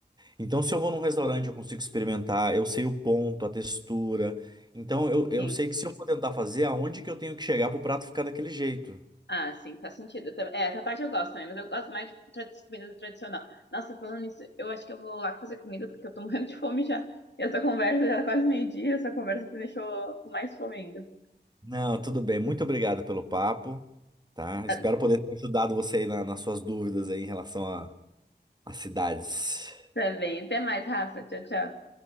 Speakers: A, on the right (about 25°); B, on the left (about 75°).
A: Então, se eu vou num restaurante, eu consigo experimentar, eu sei o ponto, a textura. Então, eu, eu
B: Sim.
A: sei que se eu for tentar fazer, aonde que eu tenho que chegar para o prato ficar daquele jeito?
B: Ah, sim, faz sentido. Eu tam- É, essa parte eu gosto também, mas eu gosto mais de tra- comida tradicional. Nossa, falando nisso, eu acho que eu vou lá fazer comida porque eu tô morrendo de fome já. E essa conversa já é quase meio-dia, essa conversa que me deixou com mais fome ainda.
A: Não, tudo bem. Muito obrigado pelo papo, tá?
B: Ah,
A: Espero poder ter ajudado você aí na- nas suas dúvidas aí em relação a, a cidades.
B: Tá bem, até mais, Rafa. Tchau, tchau.